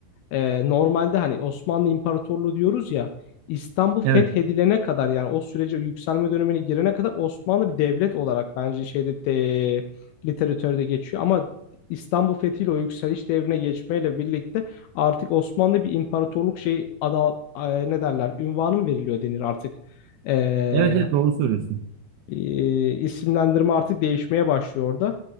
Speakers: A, on the left; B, on the right.
A: e, normalde hani Osmanlı İmparatorluğu diyoruz ya İstanbul fethedilene
B: Evet.
A: kadar yani o sürece yükselme dönemine girene kadar Osmanlı bir devlet olarak bence şeyde de, literatürde geçiyor ama İstanbul fethiyle o yükseliş devrine geçmeyle birlikte artık Osmanlı bir imparatorluk şey ada e, ne derler ünvanı mı veriliyor denir artık E,
B: Evet evet doğru söylüyorsun.
A: e, isimlendirme artık değişmeye başlıyor orada.